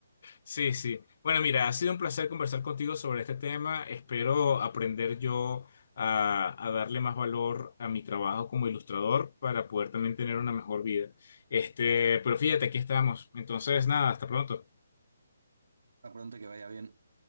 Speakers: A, on the left; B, on the right.
A: Sí, sí. Bueno, mira, ha sido un placer conversar contigo sobre este tema. Espero aprender yo a, a darle más valor a mi trabajo como ilustrador para poder también tener una mejor vida. Este, pero fíjate, aquí estamos. Entonces, nada, hasta pronto.
B: Hasta pronto, que vaya bien.